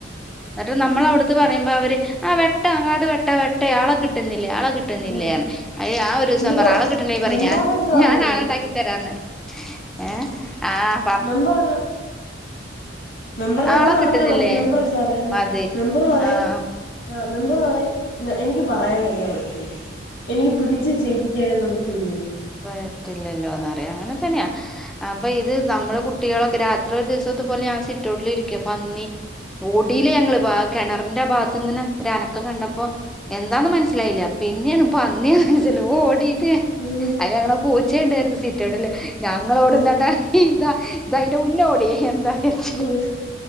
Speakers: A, in the centre; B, on the left.
A: ന്നട്ട് നമ്മളവ്ട് ത്ത് പറയുമ്പൊ അവര് ആഹ് വെട്ടാ കാട് വെട്ടാ വെട്ട ആളെ കിട്ട്ന്നില്ല ആളെ കി ട്ട്ന്നില്ലേന്ന്
B: ആഹ്
A: അയ്‌ല് ഞാ ഒരൂസം
B: ഇതിപ്പോ
A: പർഞ്ഞ് ആളെ കിട്ട്ണ്ല്ലെ പറി
B: മെമ്പറിന്റെ
A: ഞാൻ
B: അടുത്ത് വാങ്ങിക്കില്ലേ
A: ഞാനാളെണ്ടാക്കിത്തരാർ ഞ്ഞ്. ഏഹ് ആഹ്.
B: മെമ്പർ മെമ്പറെട്ത്ത്
A: ആളെ
B: പർഞ്ഞ
A: കിട്ടുന്നില്ലേ
B: മെമ്പറെത്താ പറയ്ന്നെ
A: മതി
B: മെമ്പറ് പറയും
A: ആഹ്
B: ആഹ് മെമ്പറ് പറിം എനിക്ക് പറയാനല്ലേ പറ്റൂ എനിക്ക് പിടിച്ച് ചെയ്യിപ്പിക്കാനൊന്നും പറ്റൂല്ലല്ലോ.
A: പറ്റില്ലല്ലോന്നറിയ അങ്ങനെതന്ന്യാ. അപ്പൊ ഇത് നമ്മള് കുട്ടികളൊക്കെ രാത്രി ഒരു ദിവസം ഇത്പോലെ ഞാൻ സിറ്റൗട്ടിലിരിക്ക പന്നി ഓടീലെ ഞങ്ങള് ആ കെണറിന്റെ ഭാഗത്ത്ങ്ങനെ ഒരനക്കം കണ്ടപ്പം എന്താന്ന് മൻസ്സിലായില്ല പിന്നേണ് പന്ന്യാന്ന്മൻസ്സി ഓടീട്ട്.
B: ആഹ്
A: അയ്ല് ഞങ്ങളെ പൂച്ചേണ്ടായിര്ന്നു സിറ്റൗട്ടില് ഞങ്ങളോട്ന്നണ്ടാ
B: ആഹ്
A: ഇതാ ഇതയ്ൻ്റെ മുന്നോടി എന്താര്ച്ച്.
B: ആഹ്